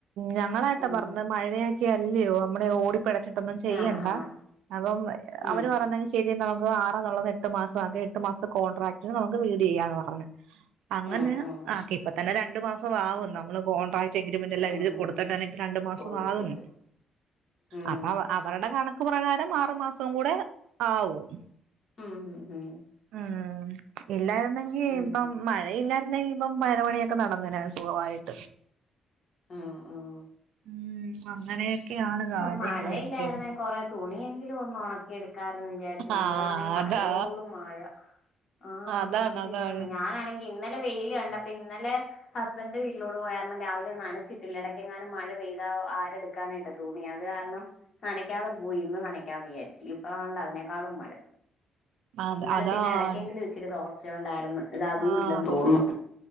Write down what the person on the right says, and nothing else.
ഞങ്ങളായിട്ട്
പറഞ് മഴയാക്കെല്ലയോ നമ്മള് ഓടി പിടച്ചിട്ടൊന്നും ചെയ്യണ്ട.
അപ്പം
അവര് പറഞ്ഞ ശരി നമുക്ക് ള്ളത് എട്ട് മാസം ആകാം. എട്ട് മാസത്തെ കോൺട്രാക്ടിന് നമുക്ക് വീട് ചെയ്യാന്ന് പറഞ്ഞു അങ്ങനെ
ആക്കി ഇപ്പ തന്നെ രണ്ടു മാസം ആവു നമ്മള് കോൺട്രാക്ട് എഗ്രമെന്റ് എല്ലാം
എഴത് കൊടുട്ടാണ് ഇപ്പ രണ്ടു മാസംമാകുന്നു
അപ്പൊ അവരുടെ കണക്ക് പ്രകാരം ആറു മാസം കൂടെ ആവും
ഉം ഇല്ലായിരുന്നെങ്കി
ഇപ്പം മഴ ഇല്ലായിരുന്നെങ്ക ഇപ്പം പരമണിയൊക്കെ നടന്നേനാണ് സുഖമായിട്ട്
ഉം അങ്ങനെയൊക്കെയാണ് കാര്യങ്ങ
ഇപ്പോ
ആഹ്
അതാ
അതാണ്
അതാണ്
അത്
അതാണ്
ആഹ്
അതെ